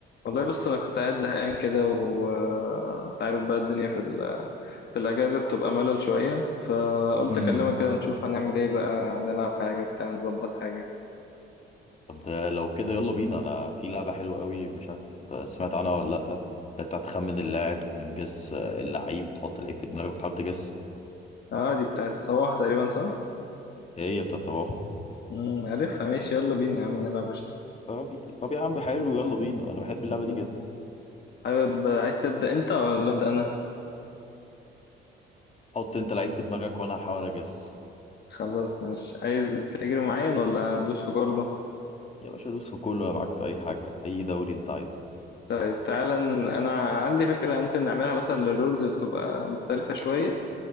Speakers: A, on the left; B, on the left.
A: والله بص انا كنت قاعد زهقان كده وانت عارف بقى الدنيا في ال... في الاجازه بتبقى ملل شويه فقلت
B: امم
A: اكلمك كده نشوف هنعمل ايه بقى نلعب حاجه بتاع نظبط حاجه
B: طب ده لو كده يلا بينا انا في لعبة حلوة قوي مش عارف سمعت عنها ولا لأ اللي بتاعت خمن اللاعب بنجس اللعيب تحط اللعيب في دماغك وتحاول تجس
A: اه دي بتاعت صباحه تقريبا صح
B: هي بتاعت صباح
A: امم عارفها ماشي يلا بينا يا عم نلعب قشطه
B: طب طب يا عم حلو يلا بينا انا بحب اللعبة
A: مم.
B: دي جدا
A: حابب عايز تبدا انت ولا ابدا انا
B: حط انت لعيب في دماغك وانا هحاول اجس
A: خلاص مش عايز كاتيجوري معين ولا ندوس في كله
B: يا باشا دوس في كله انا معاك في اي حاجة اي دوري انت عايزه
A: طيب تعالى ن- انا عندي فكره ممكن نعملها مثلا للرولز اللي تبقى مختلفه شويه